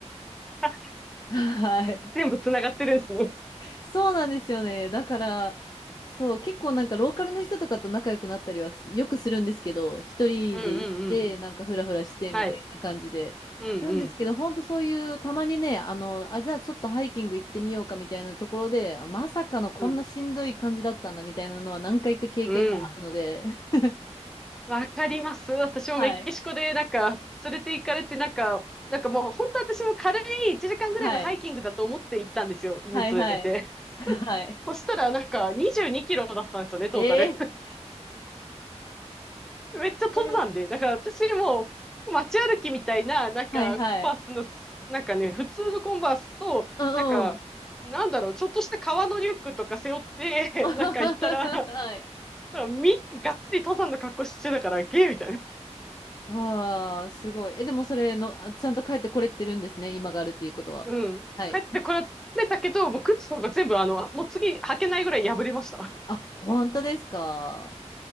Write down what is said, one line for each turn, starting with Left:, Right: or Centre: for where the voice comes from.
Centre: あ、
Left: はい。
Centre: 全部つながってるんですね。
Left: そうなんですよね。だから、そう、結構なんかローカルの人とかと仲良くなったりはすよくするんですけど、一人で行って、
Centre: うんうんうん。
Left: なんかフラフラしてみたいな感じで。
Centre: はい。うんうん。
Left: なんですけど、ほんとそういう、たまにね、あの、あ、じゃあちょっとハイキング行ってみようかみたいなところで、あまさかのこんなしんどい感じだったんだみたいなのは何回か経験があるので、
Centre: うん。うん。
Left: <laughs>
Centre: わかります。私もメキシコで、
Left: はい。
Centre: なんか、連れて行かれて、なんか、なんかもう、本当私も軽い1時間ぐらいのハイキングだと思って行ったんですよ。
Left: はい。
Centre: 犬連れて。
Left: はい、はい。はい。
Centre: そしたら、なんか、22キロだったんですよね、トータル。
Left: ええ
Centre: めっちゃ登山で。
Left: それ、
Centre: だから私もう街歩きみたいな、なんかコンバースのす、
Left: はい、はい。
Centre: なんかね、普通のコンバースと、
Left: うん、
Centre: なんか、
Left: うん。
Centre: なんだろう、ちょっとした革のリュックとか背負って、
Left: <laughs> はい。
Centre: <laughs> なんか行ったら、なんかみんながっつり登山の格好してたから、ゲーみたいな。
Left: わあ、すごい。え、でもそれの、あちゃんと帰ってこれてるんですね。今があるっていうことは。
Centre: うん。
Left: はい。
Centre: 帰ってこられたけど、もう靴とか全部あの、もう次履けないぐらい破れました。
Left: あ、本当ですか。